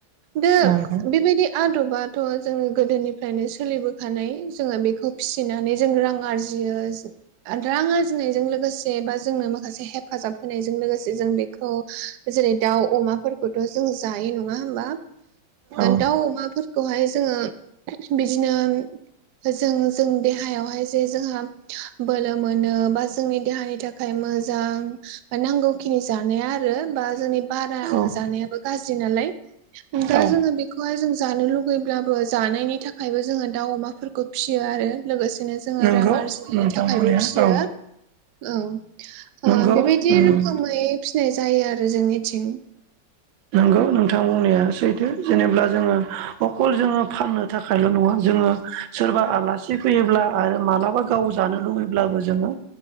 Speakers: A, on the right (about 70°); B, on the right (about 90°).
A: दा
B: नंगौ
A: बेबायदि आद'बाथ' जोङो गोदोनि फ्रायनो सोलिबोखानाय जोङो बेखौ फिसिनानै जों रां आरजियो रां आरजिनायजों लोगोसे बा जोंनो माखासे हेफाजाब होनायजों लोगोसे जों बेखौ जेरै दाउ, अमाफोर खौथ' जों जायो नङा होमबा?
B: औ
A: दाउ अमाफोरखौहाय जोङो बिदिनो जों जों देहायावहाय जे जोंहा बोलो मोनो बा जोंनि देहानि थाखाय मोजां नांगौ खिनि जानाया आरो बा जोंनि बारा
B: औ
A: जानायाबो गाज्रि नालाय दा
B: औ
A: जोङो बेखौ बेखौहाय जों जानो लुुबैब्लाबो जानायनि थाखायबो जोङो दाउ अमाफोरखौ फिसियो आरो लोगोसेनो जोङो
B: नंगौ
A: रां आरजिनायनि
B: नोंथां
A: थाखायबो
B: बुंनाया
A: फिसियो
B: औ
A: औ
B: नंगौ
A: बेबायदि
B: उम
A: रोखोमै फिसिनाय जायो आरो जोंनिथिं
B: नंगौ
A: उम
B: नोंथां बुंनाया सैथो जेनेब्ला जोङो अखल जोङो फाननो थाखायल' नङा जोङो सोरबा आलासि फैयोब्ला आरो मालाबा गाव जानो लुुबैब्लाबो जोङो